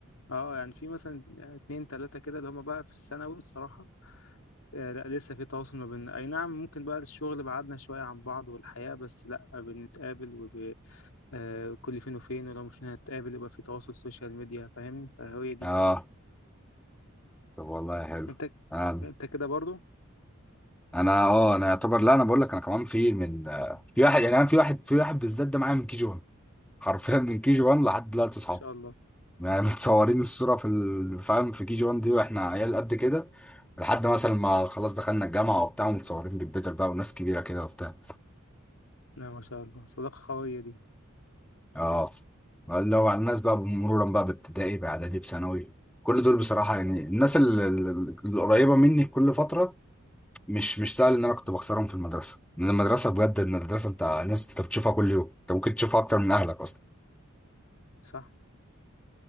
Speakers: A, on the left (about 85°); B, in the centre.
A: آه، يعني في مثلا آه، اتنين تلاته كده اللي هم بقى في الثانوي الصراحه آه لا لسه في تواصل ما بيننا اي نعم ممكن بقى الشغل بعدنا شويه عن بعض والحياه بس لا بنتقابل وب... آه كل فين وفين ولو مش هنتقابل يبقى في تواصل سوشيال ميديا فاهمني فهي دي
B: اه طب والله حلو
A: انت
B: انا
A: انت كده برضو ما
B: انا اه انا يعتبر لا انا بقول لك انا كمان في من آه، في واحد يعني انا في واحد في واحد بالذات ده معايا من كي جي 1 حرفيا من كي جي 1 لحد دلوقتي اصحاب
A: شاء الله
B: يعني <laughs> متصورين الصورة في ال- فاهم في كي جي 1 دي واحنا عيال قد كده لحد مثلا ما خلاص دخلنا الجامعة وبتاع ومتصورين بالبيتر بقى وناس كبيرة كده وبتاع
A: لا ما شاء الله صداقة قوية دي
B: اه لو على الناس بقى مرورا بقى بابتدائي باعدادي بثانوي كل دول بصراحه يعني الناس ال- ال- القريبه مني كل فتره مش مش سهل ان انا كنت بخسرهم في المدرسه لان المدرسه بجد ان المدرسه انت ناس انت بتشوفها كل يوم انت ممكن تشوفها اكتر من اهلك اصلا
A: صح